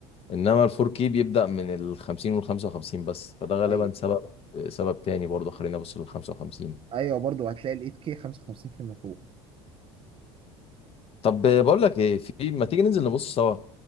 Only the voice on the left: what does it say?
انما الفور كي بيبدأ من ال 50 وال 55 بس فده غالبا
سبب سبب تاني برضه خلينا ابص لل 55
طب بقول لك ايه في ما تيجي ننزل نبص سوا